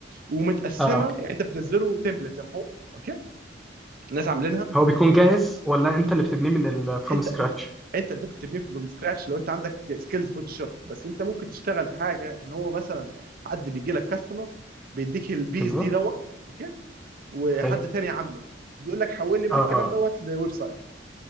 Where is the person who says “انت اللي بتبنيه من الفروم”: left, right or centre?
Centre